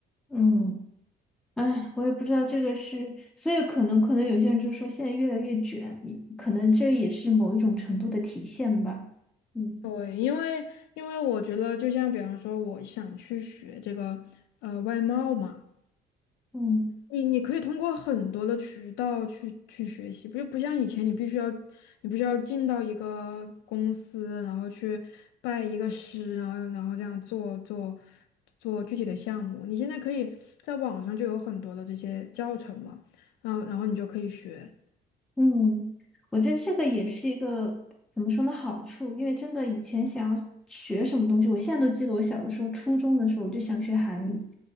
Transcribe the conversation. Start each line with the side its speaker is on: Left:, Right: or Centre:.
Centre: 嗯。哎，我也不知道这个是，所以可能可能有些人就说现在越来越卷，可能这也是某一种程度的体现吧。嗯。
Left: 对，因为因为我觉得，就像比方说，我想去学这个呃外贸嘛。
Centre: 嗯。
Left: 你你可以通过很多的渠道去去学习，不就不像以前你必须要你必须要进到一个公司，然后去拜一个师，然后然后这样做做做具体的项目。你现在可以在网上就有很多的这些教程嘛，嗯，然后你就可以学。
Centre: 嗯，我觉得这个也是一个怎么说呢好处，因为真的以前想要学什么东西，我现在都记得我小的时候，初中的时候我就想学韩语，